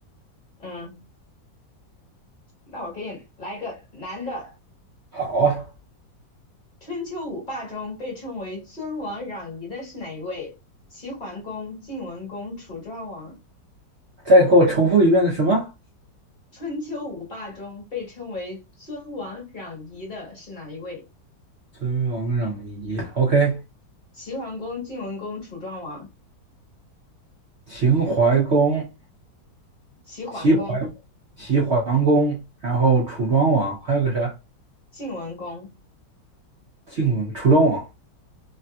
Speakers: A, on the left; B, on the right.
A: 嗯，那我给你来一个男的。
B: 好啊，
A: 春秋五霸中被称为尊王攘夷的是哪一位？齐桓公、晋文公、楚庄王。
B: 再给我重复一遍是什么？
A: 春秋五霸中被称为尊王攘夷的是哪一位？
B: 尊王攘夷。OK，
A: 齐桓公、晋文公、楚庄王，
B: 秦淮公。
A: 齐桓公、
B: 齐桓齐桓公，然后楚庄王，还有个啥？
A: 晋文公
B: 晋文楚庄王